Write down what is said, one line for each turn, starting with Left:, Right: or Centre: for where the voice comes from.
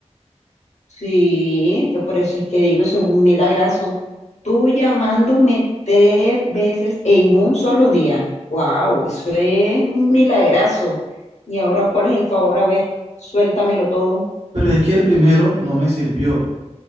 Left: Sí, es que por eso es que digo, eso es un milagrazo. Tú llamándome tres veces en un solo día. Wow, eso es un milagrazo. Y ahora, ¿cuál es el favor? A ver, suéltamelo todo.
Right: Pero es que el primero no me sirvió. O